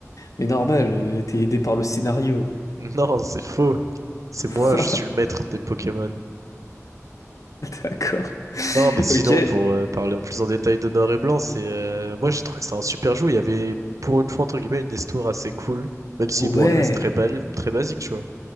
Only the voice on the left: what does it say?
Mais normal, euh, t'es aidé par le scénario.
<laughs>
D'accord.
Ok.
Ouais.